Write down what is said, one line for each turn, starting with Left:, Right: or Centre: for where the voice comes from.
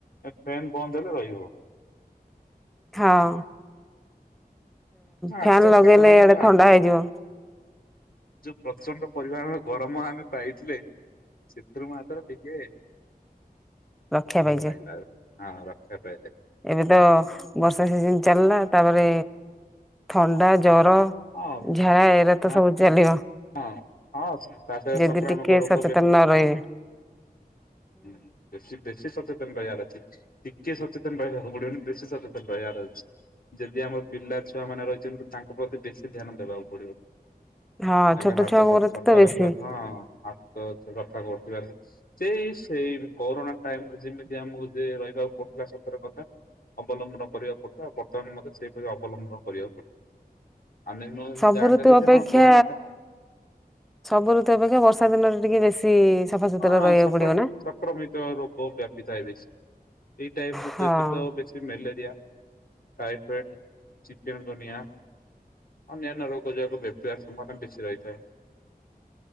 Left: ଫ୍ୟନ୍ ବନ୍ଦ ହେଲେ ରହି ହଉନି।
Centre: ହଁ।
Left: ହ ଆସ୍ତେ
Centre: ଫ୍ୟାନ
Left: ଆସ୍ତେ
Centre: ଲଗେଇଲେ
Left: କମି
Centre: ଇଆଡେ
Left: ଯଉ
Centre: ଥଣ୍ଡା ହେଇଯିବ
Left: ଯୋଉ ପ୍ରଚଣ୍ଡ ପରମାଣ ଗରମ ଆମେ ପାଇଥିଲେ? ଚିତୁ ମାାତ ଟିକେ <unintelligible>
Centre: ଲକ୍ଷ୍ୟ
Left: ଭଲ
Centre: ପାଇାଇଚେ
Left: ଲାଗିଲା ଆଉ ହଁ ରକ୍ଷା ପାଇେ
Centre: ଏବେ ତ ବର୍ଷା ସିଜିନି ଚାଲିଲା ତାପରେ ଥଣ୍ଡା ଜର
Left: ହଁ
Centre: ଝାଡ଼ା ଏରା
Left: ହଁ
Centre: ତ ସବୁ ଚାଲିବ
Left: ହଁ ହଁ ତା ସହିତ
Centre: ଯଦି
Left: ସଂକ୍ରାମକ
Centre: ଟିକେ
Left: ରୋଗ
Centre: ସଚେତନ ନ ରହିବେ।
Left: ହୁଁ ବେଶୀ ବେଶୀ ସଚେତନତାରହି ବାର ଅଛି ଟିକେ ଚ ରୁ ବେଶୀ ସଚେତନ ରହିବାର ଅଛି ଯଦି ଆମର ପିଲା ଛୁଆ ମାନେ ରହିଛନ୍ତି ତାଙ୍କ ପ୍ରତି ବେଶୀ ଧ୍ୟାନ ଦେବାକୁ ପଡିବ
Centre: ହଁ
Left: ତାଙ୍କ
Centre: ଛୋଟ
Left: ହାତ
Centre: ଛୁଆଙ୍କର
Left: ଫାତ ସଫା
Centre: ତ ବେଶୀ
Left: ରଖିବା ହଁ। ସେ କଥା କରୁଥିବାର ସେଇ <unintelligible> ସେଇ କରୋନା ଟାଇମରେ ଯେମିତି ଆମକୁ ଯ ରହିବାକୁ ପଡିଥିଲା ସତର କତା। ଅବଲମ୍ବନ କରିବାକୁ ପଡିବ ଆଉ ବର୍ତ୍ତମାନ ମଧ୍ୟ ସେଇପରି ଅବଲମ୍ବନ କରିବାକୁ ପଡିବ। ଆମେ ନ
Centre: ସବୁ
Left: ଜଣିଲେ
Centre: ଋତୁ ଅପେକ୍ଷା
Left: ଯେ ହଁ କରୋନା ଟା
Centre: ସବୁ ଋତୁ ଅପେକ୍ଷା ବର୍ଷା ଦିନରେ ଟିକେ ବେଶୀ ସଫାସୁତୁରା
Left: ହଁ
Centre: ରହିବାକୁ
Left: ସଂକ୍ରମିତ
Centre: ପଡିବ ନା
Left: ସଂକ୍ରମିତ ରୋଗ ବ୍ୟାପିଥାାଏ ବେସି। ଏଇ ଟାଇପ
Centre: ହଁ
Left: ଋ ତ ବେଶୀ ମ୍ୟାଲେରିଆ। ଟାଇଫେଟ ଚିକେନ ଦୁନିଆ। ଅନ୍ୟାନ୍ୟ ରୋଗ ଯେହେତୁ ବେପିବାର ସମ୍ୱବନା ବେଶୀ ରହିଥାଏ